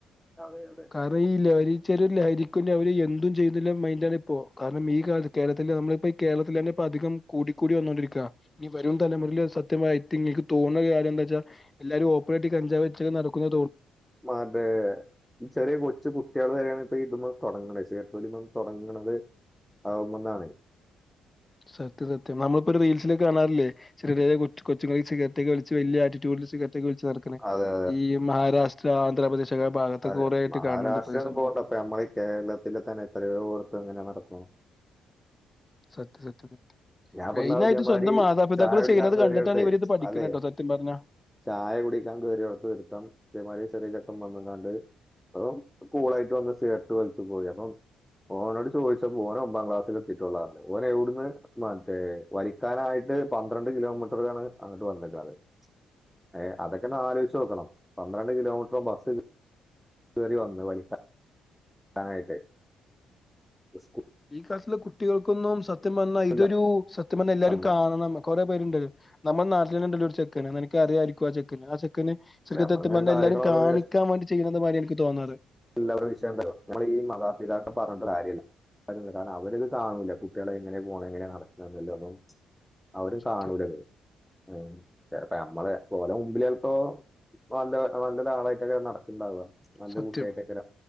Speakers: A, in the centre; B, on the left.
A: അതെ അതെ
B: കാരണം ഈ ലഹരിച്ച ലഹരിക്ക അവര് എന്തും ചെയ്യുന്നില്ല മൈൻന്റണ ഇ പോ കാരണം ഈാല കേരത്തില്െ നമ്മളിപ്പോ ഈ കേരളത്തിൽ തന്നെ ഇപ്പ അധികം കൂടിക്കൂടി വന്നോണ്ടരിക്കുക ഇനി വരും തലമുറ സത്യമായി നിങ്ങൾക്ക് തോന്ന കാര്യ എന്താ വെച്ചാ എല്ലാരും ഓപ്പന്നായിട്ട് കഞ്ചാവ് വച്ചക്ക നടക്കുന്ന
A: മതേ ചെറിയ കൊച്ചു കുട്ടികൾ വരെയാണ് ഇ ഇത തുടങ്ങണ ചേട്ടലി തുടങ്ങുന്നത് ആുമ്പന്നാണ്
B: സത്യ സത്യ നമ്മ ഇ റീൽസിലക്ക കാണാറില്ലേെ ചെറിയ കൊച്ചു സിഗരറ്റ് ഒക്കെ വലിച്ചു വലിയ ആറ്റിറ്റ്യൂഡിൽ ച്ചു നടക്കണേ
A: അതെ
B: ഈ മഹാരാഷ്ട്ര ആന്ധ്രാപ്രദേശ് ഒക്കെ ആ ഭാഗത്തൊക്കെ
A: അതെ
B: കുറെ ആയിട്ട്
A: മഹാരാഷ്ട്രന്ന്
B: കാണുന്നുണ്ട് ഇപ്പൊ ഈ സംഭവം
A: പോകണ്ടപ്പ നമ്മളീ ഈ കേരളത്തില് തന്നെ എത്രയോർത്ത് ഇങ്ങനെ നടക്കുന്നു
B: സത്യ സത്യ സത്യ
A: ഞാൻ ഇപ്പൊ
B: മെയിൻ
A: ഇന്നാള്
B: ആയിട്ട്
A: ഇതേമാതിരി
B: സ്വന്തം മാതാപിതാക്കൾ
A: ചായ കുടിക്കാൻ
B: ചെയ്യുന്നത്
A: കേറിയോടത്തെ
B: കണ്ടിട്ടാണ് ഇവർ ഇത് പഠിക്കുന്നത്
A: അതെ
B: കേട്ടോ സത്യം പറഞ്ഞ
A: ചായ കുടിക്കാൻ കയറിയ ഉളത്ത് വരുത്തം ഇതേമാതിരി ചെറിയ ചെക്കൻ വന്നങ്ങാണ്ട് അപ്പ കൂളായിട്ട് വന്ന് സിഗരറ്റ് വലിച്ചു പോയി അപ്പം ഓനോട് ചോദിച്ചപ്പോ ഓന ഒമ്പാം ക്ലാസ്ൽ എത്തിട്ടുള്ളറ്ഞ് ഓന എവിടന്ന് മറ്റേ വരിക്കാനായിട്ട് പന്ത്രണ്ട് കിലോമീറ്ററാണ് അങ്ങട്ട് വന്നികണത് ഏ അതൊക്കെനാലോചിച്ച് നോക്കണം പന്ത്രണ്ട് കിലോമീറ്ററ ബസ്സ് കയറി വന്ന് വലി നായിട്ട് സ്ക്കു
B: ഈ കാലത്തിൽ കുട്ടികൾക്കൊന്നും സത്യം വന്ന ഇതൊരു
A: ഇല്ല
B: സത്യം വന്ന എല്ലാരും
A: അന്ന്
B: കാണണം കുറേ പേരുണ്ട് നമ്മൾ നാട്ടിൽ നിന്ന ഉണ്ടല്ലോ ഒരു ചെക്കന് നിനക്ക് അറിയായിരിക്കും ആ ചെക്കന് ആ ശരിക്കും
A: അപ്പൊ നമ്മളിങ്ങനെ
B: സത്യം പറ
A: കാര്യങ്ങൾ
B: എല്ലാരേം
A: അവരോട്
B: കാണിക്കാൻ വേണ്ടി ചെയ്യണതു മാതിരി യാ എനിക്ക് തോന്നാറ്
A: എല്ലാവരും വിഷയംണ്ടും നമ്മ ഈ മാതാപിതാക്കെ പറഞ്ഞു കാര്യ കാരണം അവര്ത് കാണൂല്ല കുട്ടികളെ എങ്ങനെ പോണം എങ്ങനെയെ നടക്കണ എന്നല്ലോന്നും അവരും
B: സത്യം
A: കാണൂല ഉ ചപ്പ നമ്മള് പോലെ മുമ്പിലേപ്പോ നല്ല നല്ലൊതരാളായിട്ടൊക്കെ നടക്കണ്ടാവുക നല്ല
B: സത്യം
A: കുട്ടിയായിട്ടൊക്കെ